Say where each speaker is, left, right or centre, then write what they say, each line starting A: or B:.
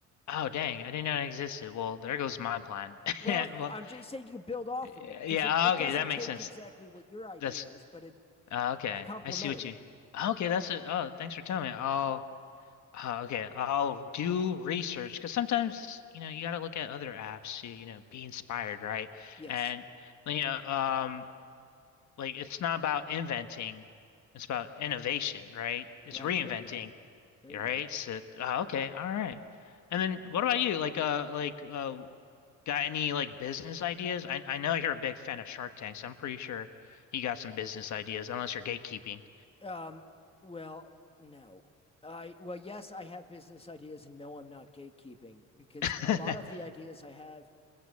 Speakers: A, on the left; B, on the left.
A: Oh, dang. I didn't know it existed. Well, there goes my plan. <laughs>
B: well
A: Well,
B: i'm just saying you can build off
A: yeah,
B: from it because it, it doesn't
A: okay. That makes
B: take
A: sense.
B: exactly what your idea
A: That's
B: is but it,
A: uh, okay.
B: it's complementary
A: I see what you. Okay, that's it. Oh, thanks for telling me. I'll Uh, okay, I'll do research because sometimes, you know, you got to look at other apps to, you know, be inspired, right?
B: yes
A: And, you know, um, like it's not about inventing, it's about innovation, right? It's
B: right
A: reinventing,
B: there you go there
A: right?
B: you go
A: So, uh, okay, all right. And then what about you? Like, uh, like, uh, got any like business ideas? I I know you're a big fan of Shark Tank, so I'm pretty sure you got some business ideas, unless you're gatekeeping.
B: Um, well, no. I well, yes, I have business ideas, and no, I'm not gatekeeping because
A: <laughs>
B: a lot of the ideas I have